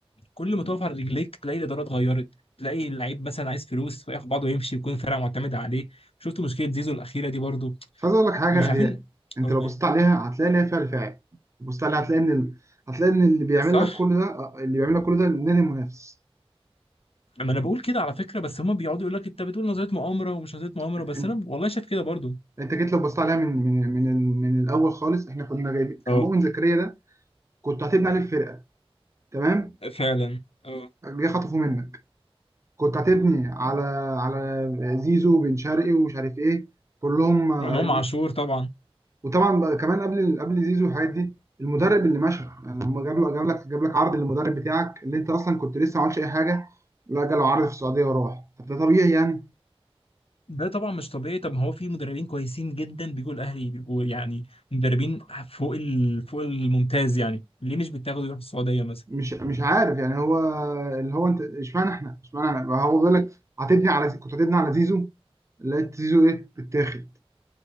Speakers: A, on the left; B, on the right.
A: كل ما تقف على رجليك تلاقي الاداره اتغيرت تلاقي اللعيب مثلا عايز فلوس فياخد بعضه ويمشي يكون الفرقه معتمده عليه شفت مشكله زيزو الاخيره دي برضو
B: بس عايز اقول لك حاجه
A: مش عارفين
B: هي انت
A: اقول
B: لو
A: ايه
B: بصيت عليها هتلاقي ليها فعل فاعل بصيت عليها هتلاقي ان ال... هتلاقي ان اللي بيعمل
A: صح
B: لك كل ده آه، اللي بيعمل لك كل ده النادي المنافس
A: اما انا بقول كده على فكره بس هما بيقعدوا يقول لك انت بتقول نظريه مؤامره ومش نظريه مؤامره
B: انت
A: بس انا والله شايف كده برضو
B: انت جيت لو بصيت عليها من من من من الاول خالص احنا كنا جايبين كان
A: اه
B: مؤمن زكريا ده كنت هتبني عليه الفرقه تمام
A: فعلا اه
B: جه خطفه منك كنت هتبني على على زيزو بن شرقي ومش عارف ايه كلهم آه،
A: وامام عاشور طبعا
B: وطبعا بقى كمان قبل قبل زيزو والحاجات دي المدرب اللي مشى يعني هم جاب لك جاب لك جاب لك عرض للمدرب بتاعك اللي انت اصلا كنت لسه ما عملتش اي حاجه لا جاله عرض في السعوديه وراح طب ده طبيعي يعني
A: ده طبعا مش طبيعي طب ما هو في مدربين كويسين جدا بيجوا الاهلي بيبقوا يعني مدربين فوق ال... فوق الممتاز يعني ليه مش بيتاخدوا يروحوا السعوديه مثلا
B: مش مش عارف يعني هو اللي هو انت اشمعنى احنا اشمعنى احنا بقى. هو بيقول لك هتبني على زي- كنت هتبني على زيزو لقيت زيزو ايه بتاخد